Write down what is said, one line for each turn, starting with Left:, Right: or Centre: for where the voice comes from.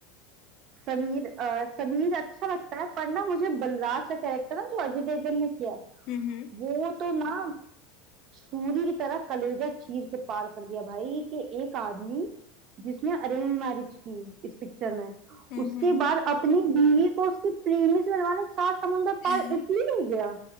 Right: समीर अ, समीर अच्छा लगता है पर ना मुझे बलराज का कैरेक्टर ना जो अजय देवगन ने किया है
Left: हम्म हम्म
Right: वो तो ना छुरी की तरह कलेजा चीर के पार कर दिया भाई कि एक आदमी जिसने अरेंज मैरिज की इस पिक्चर में
Left: हम्म
Right: उसके
Left: हम्म।
Right: बाद अपनी बीवी को उसके प्रेमी से मिलवाने सात समुंदर
Left: <laughs>
Right: पार इटली ले गया